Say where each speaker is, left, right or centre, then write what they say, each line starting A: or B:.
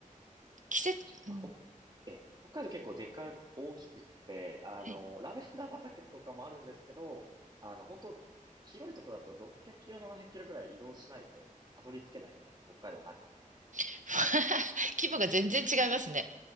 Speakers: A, on the right; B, on the right.
A: 確かに確かに。
B: 季節、
A: まあ、
B: うん。
A: ほ、ええ、北海道結構でか、大きくって、あの、
B: はい
A: ラベンダー畑とかもあるんですけど、あの、本当広いところだと600キロ、700キロぐらい移動しないとたどり着けないみたいな、北海道の中で。
B: <laughs> 規模が全然違いますね。